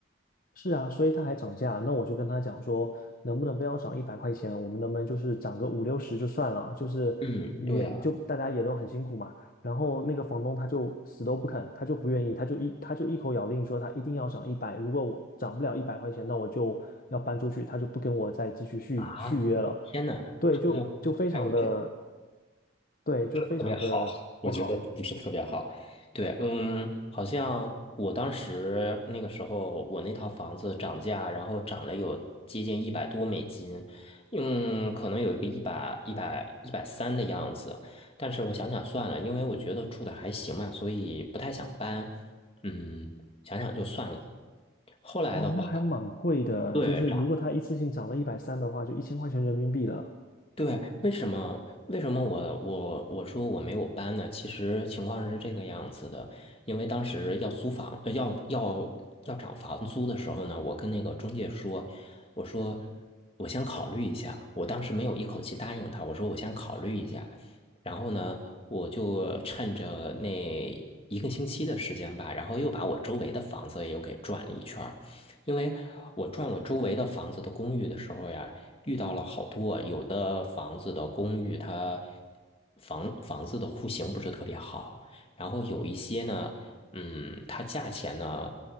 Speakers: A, on the left; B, on the left.
A: 是啊，所以他还涨价，那我就跟他讲说，能不能不要涨一百块钱，我们能不能就是涨个五六十就算了，就是也就大家也都很辛苦嘛。
B: 嗯，对啊，
A: 然后那个房东他就死都不肯，他就不愿意，他就一他就一口咬定说他一定要涨一百，如果我涨不了一百块钱，那我就要搬出去，他就不跟我再继续续续约了。
B: 啊，天哪，
A: 对，
B: 还有还有这。
A: 就就非常的，对，就非常的不好。
B: 特别好，我觉得不是特别好。对，嗯，好像我当时那个时候，我那套房子涨价，然后涨了有接近一百多美金，嗯，可能有一个一百一百一百三的样子。但是我想想算了，因为我觉得住的还行嘛，所以不太想搬。嗯，想想就算了。后来的话，
A: 哦，那还蛮贵的，
B: 对，
A: 就是如果他一次性涨了一百三的话，就一千块钱人民币了。
B: 对，为什么为什么我我我说我没有搬呢？其实情况是这个样子的，因为当时要租房，呃要要要涨房租的时候呢，我跟那个中介说，我说我先考虑一下，我当时没有一口气答应他，我说我先考虑一下，然后呢，我就趁着那一个星期的时间吧，然后又把我周围的房子又给转了一圈儿，因为我转我周围的房子的公寓的时候呀。遇到了好多，有的房子的公寓它房房子的户型不是特别好，然后有一些呢，嗯，它价钱呢